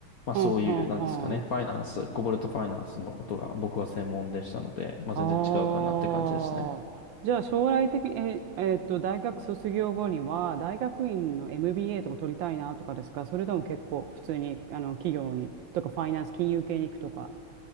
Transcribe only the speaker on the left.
まあそういう、
なんですかね、
ファイナンス、コボルトファイナンスのことが僕は専門でしたので、まあ全然違うかなって感じですね。